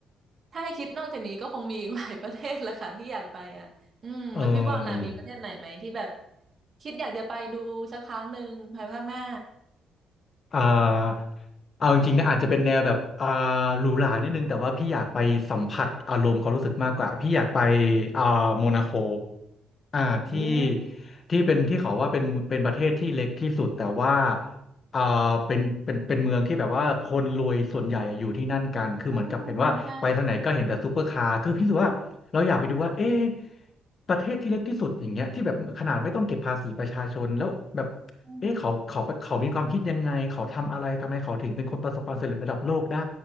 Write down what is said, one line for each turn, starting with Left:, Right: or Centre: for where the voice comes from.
Right: ถ้าให้คิดนอกจากนี้ก็คงมีอีกหลายประเทศแหละค่ะที่อยากไปอ่ะ อืมแล้วพี่บอลล่ะมีประเทศไหนไหมที่แบบ
Left: เออ
Right: คิดอยากจะไปดูสักครั้งหนึ่งภายภาคหน้า
Left: อ่าเอาจริงๆนะอาจจะเป็นแนวแบบอ่าหรูหรานิดนึงแต่ว่าพี่อยากไปสัมผัสอารมณ์ความรู้สึกมากกว่าพี่อยากไปอ่าโมนาโค อ่าที่
Right: อืม
Left: ที่เป็นที่เขาว่าเป็นเป็นประเทศที่เล็กที่สุดแต่ว่าอ่าเป็นเป็นเป็นเมืองที่แบบว่าคนรวยส่วนใหญ่อะอยู่ที่นั่นกันคือเหมือนกับเป็นว่าไปทางไหนก็เห็นแต่ซูเปอร์คาร์คือพี่รู้สึกว่าเราอยากไปดูว่าเอ๊ะ
Right: อืมใช่
Left: ประเทศที่เล็กที่สุดอย่างเงี้ยที่แบบขนาดไม่ต้องเก็บภาษีประชาชนแล้วแบบ
Right: อืม
Left: เอ๊ะเขาเขาเขามีความคิดยังไงเขาทำอะไรทำไมเขาถึงเป็นคนประสบความสำเร็จระดับโลกได้